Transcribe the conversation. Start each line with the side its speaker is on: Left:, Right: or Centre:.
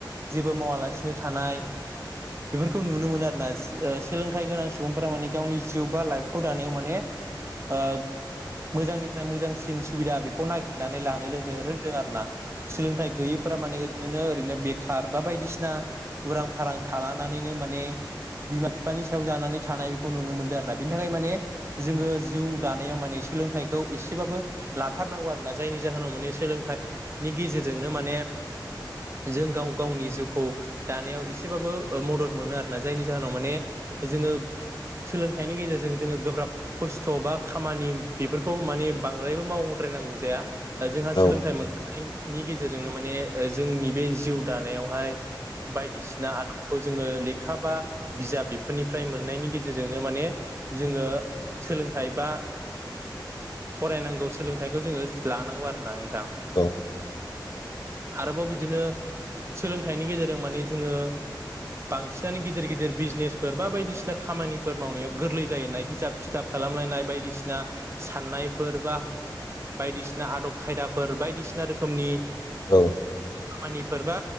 Right: जेबो मावालासिनो थानाय खौ नुनो मोनो आरोना ओ सोलोंथाइ गोनां सु सुबुंफोरा माने गावनि जिउ बा लाइफखौ दानायाव माने ओ मोजांनिफ्राय मोजांसिन सुबिदा बेखौ नागि रनानै लानो रोंदों रोंदों आरो ना सोलोंथाइ गैयैफोरा माने ओरैनो ओरैनो बे कार बा बायदिसिना उरां-फारां थालानानैनो मा ने बिमा-बिफानि सायाव जानानै थानाय बेखौ नुनो मोनदों आरोना बिनि थाखाय माने जोङो जिउ दानायाव माने सोलोंथाइखौ एसेबाबो लाथारनांगौ आरोना जायनि जाहोनाव माने सोलोंथाइ नि गेजेरजोंनो माने जों गाव गावनि जिउखौ दानायाव एसेबाबो मदद मोनो आरो। जायनि जाहोनाव माने जोङो सोलोंथाइनि गेजेरजों जोङो गोब्राब खस्थ' बा खामानि बेफोरखौ माने बांद्रायबो मावद्रायनांगौ जाया। जोंहा
Left: औ
Right: सोलोंथाइ मोनखांनायनि गेजेरजोंनो माने जोंनि बे जिउ दानायावहाय बायदिसिना आदबखौ जोङो लि खा बा बिजाब बेफोरनिफ्राय मोननायनि गेजेरजोंनो माने जोङो सोलों खायबा फरायनांगौ सोलोंथाइखौ जोङो लानांगौ आरो ना नोंथां।
Left: औ
Right: आरोबाव बिदिनो सोलोंथाइनि गेजेरजों मानि जोङो बांसिनानो गिदिर गिदिर बिजनेसफोर बा बायदिसिना खामानिफोर मावनायाव गोरलै जायोना हिसाब खिथाब खालामलायनाय बायदिसिना। साननायफोर बा बायदिसिना आदब खायदाफोर बायदिसिना रोखोमनि
Left: औ
Right: खामानिफोर बा